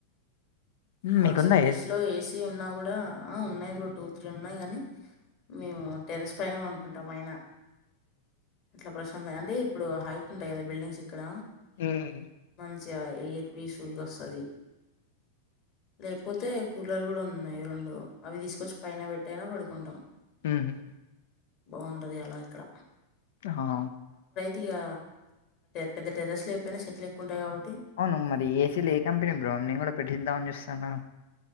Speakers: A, on the left; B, on the left.
A: హ్మ్.
B: మా
A: మీకుందా
B: సిటీస్ లో ఏసీ ఉన్నా కూడా, ఆ ఉన్నాయి. బ్రో టూ, త్రీ ఉన్నాయి కానీ మేము టెర్రస్ పైనే పనుకుంటాం అయిన అట్ల ప్రశాంతంగా అంటె ఇప్పుడు హైట్ ఉంటాయి కదా బిల్డింగ్స్ ఇక్కడ
A: హ్మ్
B: మంచిగ ఎయిర్ పీస్ఫుల్ గొస్తది లేకపోతే కూలర్ కూడా ఉన్నాయి రొండు అవి తీసుకొచ్చి పైన పెట్ టయినా పడుకుంటాం
A: ఊ హ్మ్
B: బాగుంటది అలా ఇక్కడ
A: హా
B: తిగా పెద్ద టెర్రస్ లేకయిపోయినా చెట్లు ఎక్కువుంటయి కాబట్టి
A: అవును మరి ఏసీలు ఏ కంపెనీ బ్రో నేను కూడా పెట్టిద్దామని చూస్తానా